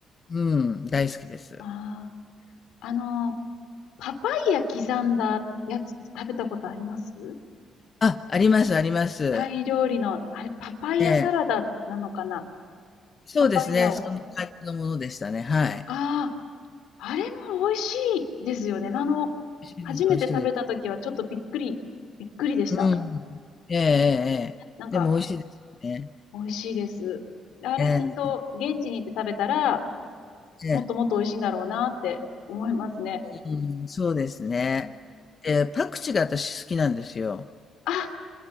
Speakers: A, on the left (about 40°); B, on the left (about 85°).
A: うん、大好きです。
B: ああ、あの、パパイヤ刻んだやつって食べたことあります
A: あ、ありますあります。
B: タイ料理の、あれ、パパイヤサラダなのかな
A: ええ。そうですね、
B: パパイヤを。
A: そんな感じのものでしたね、はい。
B: ああ、あれも美味しいですよね。あの、
A: 美味しいです美味しいです。
B: 初めて食べた時はちょっとびっくり、びっくりでした。
A: うん。ええええええ。
B: なんか、
A: でも美味しいですよね。
B: 美味しいです。あれきっと、
A: ええ、
B: 現地に行って食べたら、
A: ええ。
B: もっともっと美味しいんだろうなって思いますね。
A: うん、そうですね。
B: うん
A: で、パクチーが私好きなんですよ。
B: あ